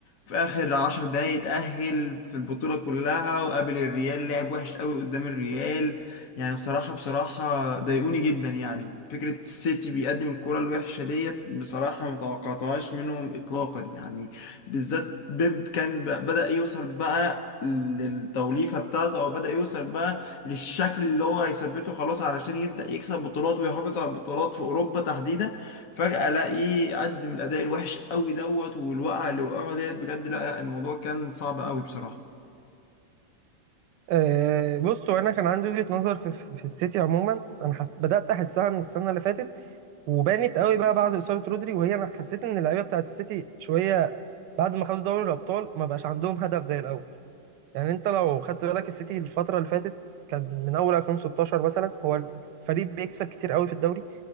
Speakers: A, on the left (about 55°); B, on the right (about 75°).
A: في اخر عشر دقايق اتأهل في البطولة كلها وقابل الريال لعب وحش قوي قدام الريال يعني بصراحة بصراحة ضايقوني جدا يعني فكرة السيتي بيقدم الكرة الوحشة ديت بصراحة ما توقعتهاش منهم اطلاقا يعني بالذات بيب كان ب- بدأ يوصل بقى للتوليفة بتاعته او بدأ يوصل بقى للشكل اللي هو هيثبته خلاص علشان يبدأ يكسب بطولات ويحافظ على البطولات في اوروبا تحديدا فجأة الاقيه قدم الاداء الوحش قوي دوت والوقعة اللي وقعها ديت بجد لا لا الموضوع كان صعب قوي بصراحة
B: أه بص هو انا كان عندي وجهة نظر في في السيتي عموما انا حس بدأت احسها من السنة اللي فاتت وبانت قوي بقى بعد إصابة رودري وهي انا حسيت ان اللعيبة بتاعت السيتي شوية بعد ما خدوا دوري الابطال ما بقاش عندهم هدف زي الاول يعني انت لو خدت بالك السيتي الفترة اللي فاتت كان من اول 2016 مثلا هو الفريق بيكسب كتير قوي في الدوري